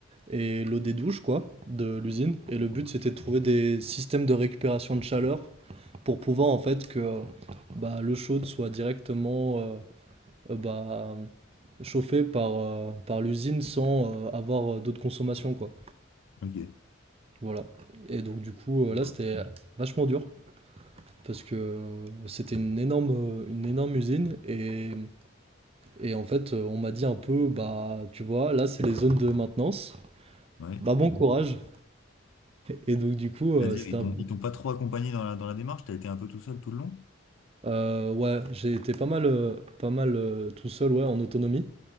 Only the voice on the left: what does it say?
Mhm.
Ok.
Sympa.
Ouais.
C'est-à-dire,
ils t'ont,
ils t'ont pas trop accompagné dans la, dans la démarche? T'as été un peu tout seul tout le long?